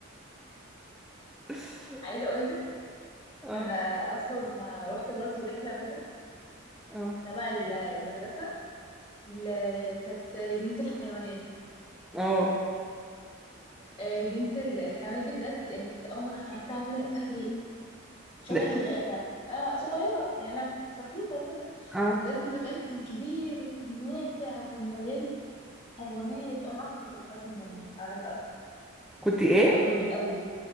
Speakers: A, in the centre; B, on the left.
A: <laughs>
B: عايزة اقول لك
A: اه
B: انا اصلا رحت برضه رحلة كده
A: اه
B: تبع ال- المدرسة ل- كانت لجنة الحيوانات
A: اه
B: آه، جنة ال- الحيوانات دي بجد يعني كنت أول ما دخلتها كده لقيتها زي شبه
A: لقيت-
B: الغابة آه صغيرة يعني أنا كنت سفروتة وكده
A: اه
B: بجد المكان كان كبير وكان واسع وكان مليان حيوانات أنا أصلا كنت بخاف من الحيوانات أوي
A: كنت ايه
B: أوي أوي